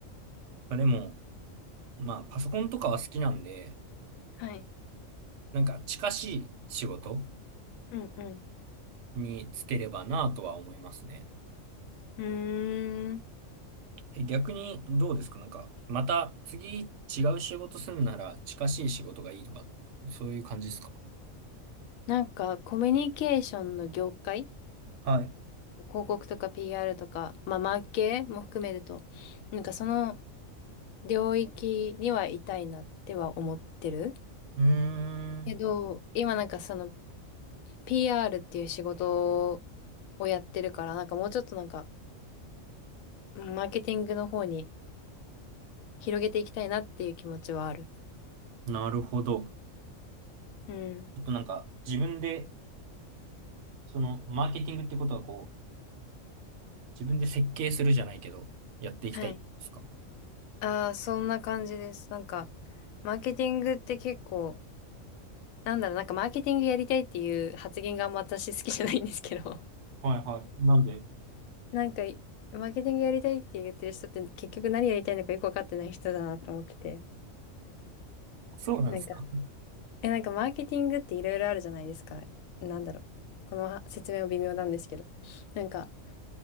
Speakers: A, on the right; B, on the left.
A: あでも、まあパソコンとかは好きなんで、
B: はい。
A: なんか近しい仕事
B: うんうん。
A: に就ければなとは思いますね。
B: うーん。
A: え、逆にどうですかなんか、また次違う仕事するなら近しい仕事がいいとか、そういう感じですか
B: なんか、コミュニケーションの業界、
A: はい。
B: 広告とか PR とか、まあ、マーケも含めると、なんかその領域にはいたいなっては思ってる。
A: うーん。
B: けど、今なんかその PR っていう仕事をやってるから、なんかもうちょっとなんか、うんマーケティングの方に広げていきたいなっていう気持ちはある。
A: なるほど。ち
B: うん。
A: ょっとなんか自分で、そのマーケティングってことはこう、自分で設計するじゃないけど、やっていきたいですか
B: はいああ、そんな感じです。なんか、マーケティングって結構、なんだろう、なんかマーケティングやりたいっていう発言があんま私好きじゃないんですけど、
A: はいはい。なんで、
B: <laughs> なんか、マーケティングやりたいって言ってる人って結局何やりたいのかよくわかってない人だなと思ってて。
A: そうなんですか
B: なんか、え、なんかマーケティングっていろいろあるじゃないですか。なんだろう。このは説明も微妙なんですけど。なんか、